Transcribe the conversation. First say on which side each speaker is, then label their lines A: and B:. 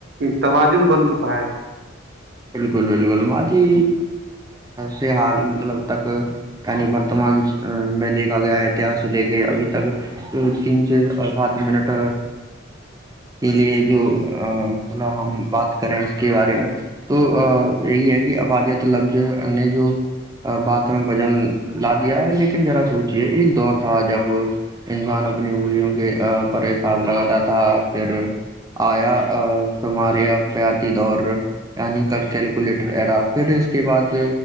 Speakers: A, on the right; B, on the right.
A: توازن بن چکا ہے
B: بالکل بالکل ماتی سے حال مطلب اب تک یعنی ورتمان میں دیکھا گیا ہے اتحس سے لے کے ابھی تک تین سے سات منٹ کے لیے جو مطلب ہم بات کریں اس کے بارے میں تو یہی ہے کہ افادیت لفظ نے جو بات میں بجن لا دیا ہے لیکن ذرا سوچے ایک دور تھا جب انسان اپنی اگولیوں کے پر حساب لگاتا تھا پھر آیامار یافیاتی دور یعنی کل کیلکولیٹر ایرا پھر اس کے بعد